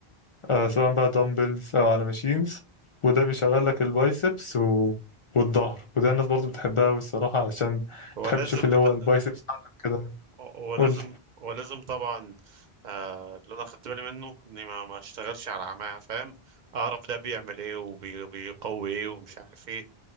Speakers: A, on the left; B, on the right.
A: آه سواء بقى دمبلز او على ماشينز وده بيشغل لك البايسبس و... والظهر وده الناس برضه بتحبها والصراحة علشان
B: هو
A: تحب
B: لازم
A: تشوف اللي
B: لا
A: هو البايسبس بتاعتك كده
B: هو لازم
A: قول لي
B: هو لازم طبعا آه اللي انا خدت بالي منه اني ما ما اشتغلش على عماه فاهم اعرف ده بيعمل ايه وبيقوي ايه ومش عارف ايه